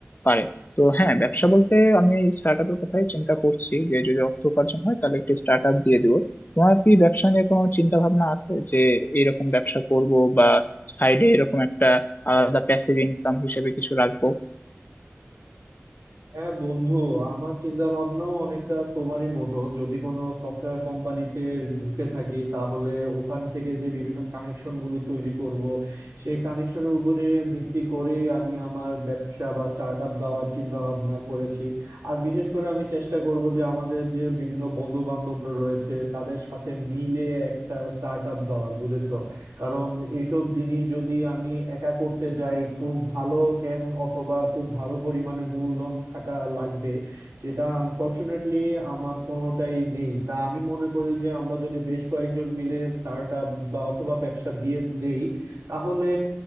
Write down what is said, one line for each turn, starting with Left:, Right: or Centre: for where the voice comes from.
Left: পারে তো হ্যাঁ ব্যবসা বলতে আমি এই স্টার্ট আপের কথাই চিন্তা করছি যে যদি অর্থ উপার্জন হয় তাহলে একটি স্টার্ট আপ দিয়ে দিব তোমার কি ব্যবসা নিয়ে কোনো চিন্তা ভাবনা আছে যে এরকম ব্যবসা করব বা সাইডে এরকম একটা আলাদা প্যাসিভ ইনকাম হিসেবে কিছু রাখবো
Right: হ্যাঁ বন্ধু আমার চিন্তা ভাবনাও অনেকটা তোমারই মতো যদি কোনো সফটওয়্যার কোম্পানিতে ঢুকে থাকি তাহলে ওখান থেকে যে বিভিন্ন কানেকশন গুলো তৈরি করব সেই কানেকশনের উপরে ভিত্তি করে আমি আমার ব্যবসা বা স্টার্ট আপ দেওয়ার চিন্তা ভাবনা করেছি আর বিশেষ করে আমি চেষ্টা করব যে আমাদের যে বিভিন্ন বন্ধু বান্ধবরা রয়েছে তাদের সাথে মিলে একটা স্টার্ট আপ দেওয়ার বুঝেছো কারণ এইসব জিনিস যদি আমি একা করতে যাই খুব ভালো জ্ঞান অথবা খুব ভালো পরিমাণে মূলধন থাকা লাগবে যেটা আনফরচুনেটলি আমার কোনোটাই নেই তা আমি মনে করি যে আমরা যদি বেশ কয়েকজন মিলে স্টার্ট আপ বা অথবা ব্যবসা দিয়ে দেই তাহলে